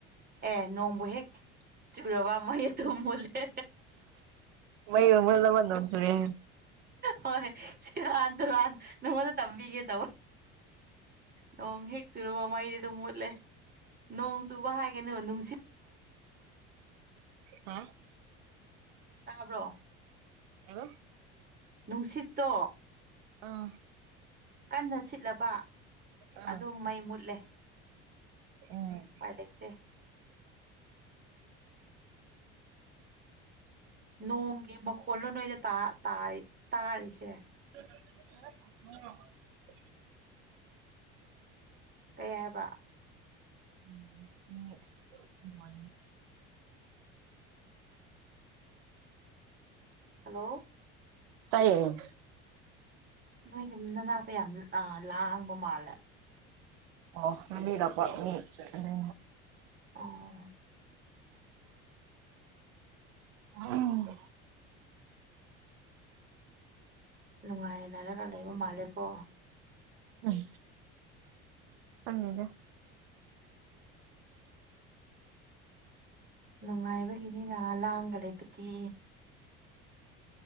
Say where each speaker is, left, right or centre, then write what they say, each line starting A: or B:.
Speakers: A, on the right (about 30°); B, on the right (about 80°).
A: ꯑꯦ ꯅꯣꯡꯕꯨ ꯍꯦꯛ ꯆꯨꯔꯕ ꯃꯩ ꯑꯗꯨꯝ ꯃꯨꯠꯂꯦ
B: ꯃꯩ ꯑꯃꯨꯠꯂꯕ ꯅꯣꯡ ꯆꯨꯔꯦ
A: ꯍꯣꯏ ꯁꯦ ꯔꯥꯟ ꯇꯨ ꯔꯥꯟ ꯅꯉꯣꯟꯗ ꯇꯝꯕꯤꯒꯦ ꯇꯧ ꯅꯣꯡ ꯍꯦꯛꯆꯨꯔꯕ ꯃꯩꯗꯤ ꯑꯗꯨꯝ ꯃꯨꯠꯂꯦ ꯅꯣꯡ ꯆꯨꯕ ꯍꯥꯏꯒꯅꯨ ꯅꯨꯡꯁꯤ
B: ꯍꯥ
A: ꯇꯥꯕ꯭ꯔꯣ
B: ꯑꯦꯕ
A: ꯅꯨꯡꯁꯤꯠꯇꯣ
B: ꯑꯥ
A: ꯀꯟꯅ ꯁꯤꯠꯂꯕ
B: ꯑꯥ
A: ꯑꯗꯨꯝ ꯃꯩ ꯃꯨꯠꯂꯦ
B: ꯎꯝ
A: ꯃꯥꯥꯏ ꯂꯩꯇꯦ ꯅꯣꯡꯒꯤ ꯃꯈꯣꯜꯂꯣ ꯅꯣꯏꯗꯇꯥ ꯇꯥꯔꯤꯁꯦ ꯫
B: <inaudible>
A: ꯀꯩ ꯍꯥꯏꯕ
B: ꯎꯝ
A: ꯍꯜꯂꯣ
B: ꯇꯥꯏꯌꯦ
A: ꯅꯣꯏ ꯌꯨꯝꯗ ꯅꯥꯄ ꯌꯥꯝ ꯂꯥꯡꯕ ꯃꯥꯜꯂꯦ
B: ꯑꯣ <unintelligible>
A: ꯑꯣ
B: ꯎꯝ
A: ꯅꯨꯡꯉꯥꯏꯅꯔꯒ ꯂꯩꯕ ꯃꯥꯜꯂꯦꯀꯣ꯫
B: ꯎꯝ ꯈꯪꯗꯦꯗ
A: ꯅꯨꯡꯉꯥꯏꯕꯒꯤꯅꯤꯅ ꯂꯥꯡꯉꯥꯒ ꯂꯩꯕꯗꯤ